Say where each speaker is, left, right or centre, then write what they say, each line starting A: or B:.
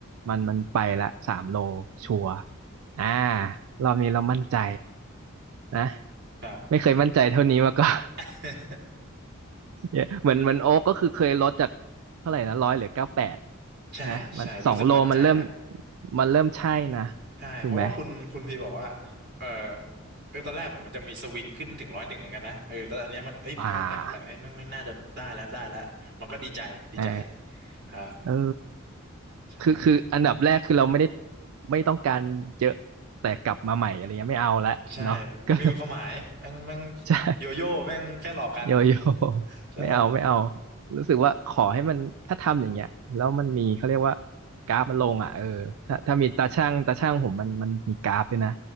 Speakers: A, on the right; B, on the right.
A: มันมันไปละสามโลชัวร์อ่าเรามีเรามั่นใจนะ
B: ครับ
A: ไม่เคยมั่นใจเท่านี้มาก่อน
B: <laughs>
A: เยอะเหมือนเหมือนโอ๊กก็คือเคยลดจากเท่าไหร่นะร้อยเหลือเก้าแปด
B: ใช่ใช่รู้สึกมั่นใจแล้ว
A: นะมันสองโลมันเริ่มมันเริ่มใช่นะ
B: ใช่เพราะว่าคุณคุณพี่บอกว่า
A: ถูกไหม
B: เออเออตอนแรกผมมันจะมีสวิงขึ้นถึงร้อยหนึ่งเหมือนกันนะเออแล้วอันเนี้ยมันเอ้ยเก้าแปดแล้วไอ้ยแม่งแม่งน่าจะได้แล้วได้แล้วมันก็ดีใจดีใจ
A: อ่าเออ
B: ครับ
A: เออ
B: ใช่
A: คือคืออันดับแรกคือเราไม่ได้ไม่ต้องการเยอะแต่กลับมาใหม่อะไรเงี้ยไม่เอาละเนาะก็
B: ใช่มันมันไม่มีความหมายแม่งแม่ง
A: ใช่
B: โยโย่แม่งแค่หลอกกัน
A: โยโย่
B: ใช่
A: ไม่เอาไม่เอารู้สึกว่าขอให้มันถ้าทำอย่างเงี้ยแล้วมันมีเขาเรียกว่ากราฟมันลงอ่ะเออถ้าถ้ามีตาช่างตาช่างผมมันมันมีกราฟด้วยนะ